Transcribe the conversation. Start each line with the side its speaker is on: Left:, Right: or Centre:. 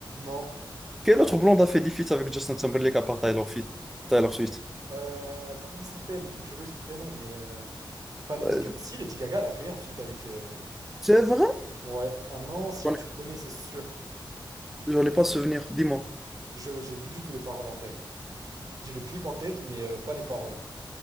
Right: Non.
Centre: Quel autre blonde a fait des feats avec Justin Timberlake à part Taylor, Fit- Taylor Swift?
Right: Euh, comment ça s'appelle? J'ai oublié son prénom, mais euh, pas Lady
Centre: Euh,
Right: Gaga. Si, Lady Gaga, elle a fait un feat avec. euh,
Centre: C'est vrai?
Right: Ouais, un ancien,
Centre: J'en
Right: tu
Centre: ai-
Right: le connais, c'est sûr.
Centre: J'en ai pas souvenir, dis-moi.
Right: Je, j'ai plus du tout les paroles en tête. J'ai le clip en tête, mais euh, pas les paroles.